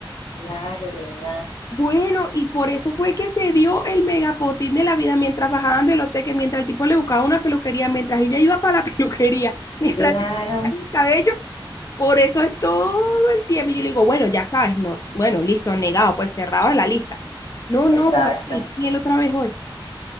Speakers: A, on the left; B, on the left.
A: Claro, ¿verdad?
B: Bueno, y por eso fue que se dio el megapotín de la vida mientras bajaban del hotel, que mientras el tipo le buscaba una peluquería, mientras ella iba para la <laughs> peluquería, mientras
A: Claro.
B: le secaban el cabello, Por eso es todo el tiempo. Y yo le digo, bueno, ya sabes, no, bueno, listo, negado, pues cerrado de la lista. No, no,
A: Exacto.
B: voy a salir con él otra vez hoy.